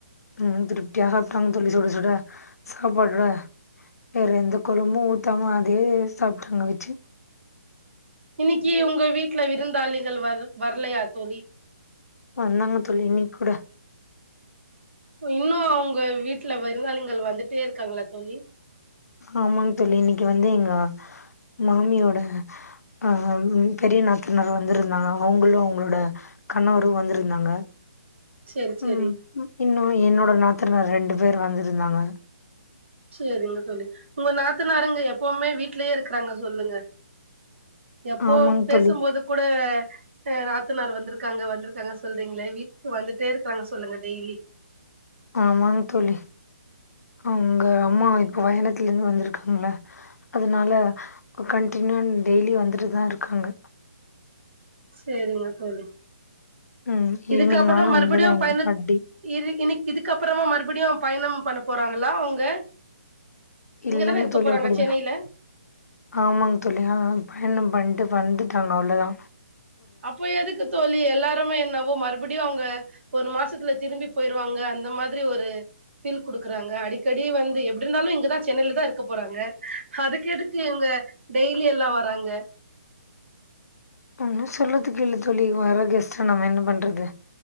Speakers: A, on the left; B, on the right.
A: ம் திருப்தியா சாப்ட்டாங்க தோழி சுட சுட சாப்பாட வேற எந்த கொழம்பு ஊத்தாம அதே சாப்ட்டாங்க வச்சி
B: இன்னைக்கு உங்க வீட்ல விருந்தாளிங்கள் வர் வரலையா தோழி
A: வந்தாங்க தோழி இன்னைக் கூட
B: இன்னு அவுங்க வீட்ல விருந்தாளிங்கள் வந்துட்டே இருக்காங்ளா தோழி
A: ஆமாங் தோழி இன்னைக்கு வந்து எங்க மாமியோட அ பெரிய நாத்தனார் வந்துருந்தாங்க அவுங்களு அவுங்களோட கணவரு வந்துருந்தாங்க
B: செரி செரி
A: ம் ம் இன்னு என்னோட நாத்தனார் ரெண்டு பேர் வந்துருந்தாங்க
B: சேரிங்க தோழி உங்க நாத்தனருங்க எப்பவுமே வீட்லயே இருக்கறாங்க சொல்லுங்க எப்போ
A: ஆமாங்
B: பேசும்போது
A: தோழி
B: கூட ட நாத்தனார் வந்துருக்காங்க வந்துருக்காங்க சொல்றீங்ளே வீட்டுக்கு வந்துட்டே இருக்கறாங்க சொல்லுங்க டெய்லி
A: ஆமாங் தோழி அவுங்க அம்மா இப்ப பயணத்துலந்து வந்துருக்காங்ள அதனால கன்டினியூவா டெய்லி வந்துட்டு தா இருக்காங்க
B: சேரிங்க தோழி
A: ம்
B: இதுக்கப்புறமா
A: ஈவினிங் ஆனா
B: மறுபடியு
A: இங்கதா எங்களுக்கு
B: பயண
A: அடி
B: இரு இன்னிக் இதுக்கு அப்புறமா மறுபடியு அவ பயணம் பண்ண போறாங்களா அவுங்க
A: இல்லங்
B: இங்க தான இருக்க
A: தோழி
B: போறாங்க
A: அப்படிதா
B: சென்னைல
A: ஆமாங் தோழி ஆ பயணம் பண்ட்டு வந்துட்டாங்க அவ்ளோ தா
B: அப்போ எதுக்கு தோழி எல்லாருமே என்னவோ மறுபடியு அவுங்க ஒரு மாசத்துல திரும்பி போய்ருவாங்க அந்த மாதிரி ஒரு ஃபீல் குடுக்கறாங்க அடிக்கடி வந்து எப்டி இருந்தாலு இங்க தா சென்னைல தா இருக்க போறாங்க அதுக்கு எதுக்கு இவுங்க டெய்லி எல்லா வராங்க
A: ஒன்னு சொல்றதுக்கு இல்ல தோழி வர கெஸ்ட நம்ம என்ன பண்றது